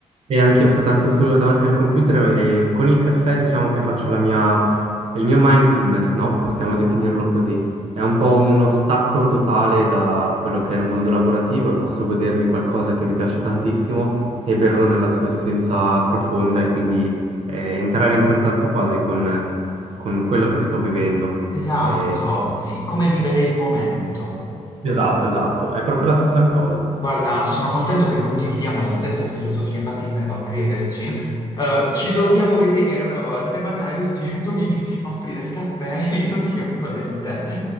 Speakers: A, on the right; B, on the left.
A: E anch'io sto tanto solo davanti al computer e con il caffè diciamo che faccio la mia, il mio mindfulness, no? Possiamo definirlo così. È un po' uno stacco totale da quello che è il mondo lavorativo e posso godermi qualcosa che mi piace tantissimo e berlo nella sua essenza profonda e quindi eh, entrare in contatto quasi con, con quello che sto bevendo.
B: Esatto,
A: Eh,
B: sì, come vivere il momento.
A: esatto, esatto, è proprio la stessa cosa.
B: Guarda, sono contento che condividiamo la stessa filosofia, infatti stento a crederci. Eh, ci dobbiamo vedere una volta e magari ci- tu mi offri del caffè e io ti offro del tè.